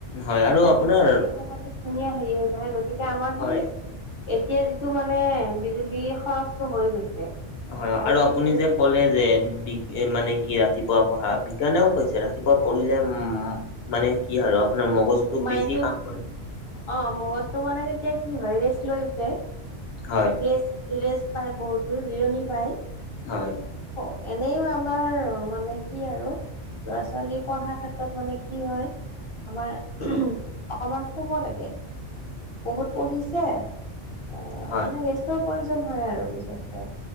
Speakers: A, on the left; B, on the left.
A: হয় আৰু
B: ৰাতিপুৱা
A: আপোনাৰ
B: সেই সময়টোত ধুনীয়া হেৰি হৈ থাকে গতিকে আমাৰ
A: হয়
B: সেই ', এতিয়া যিটো মানে বিজুলী খৰচটো হৈ গৈছে',
A: হয়',
B: আমি
A: আৰু
B: এইটো
A: আপুনি যে ক'লে যে বিগ', মানে কি ৰাতিপুৱা পঢ়া বিজ্ঞানেও কৈছে, ৰাতিপুৱা পঢ়িলে উম', -উম', মানে কি আৰু আপোনাৰ মগজুটো
B: মাইণ্ডটো
A: বেছিয়ে কাম কৰে',
B: অ', মগজটো মানে তেতিয়া কি হয় ৰেষ্ট লৈ উঠে',
A: হয়',
B: ৰেষ্ট - ৰেষ্ট পায় বহুতো জিৰণি পায় ',
A: হয়',
B: অ', এনেইও আমাৰ মানে কি, আৰু', ল'ৰা - ছোৱালী পঢ়াৰ ক্ষেত্ৰত মানে কি হয়', আমাৰ উম', -উম', অকণমান শুব লাগে', বহুত পঢ়িছে, এ',
A: হয়
B: মানে ৰেষ্টৰ প্ৰয়োজন হয় আৰু বিশেষকে',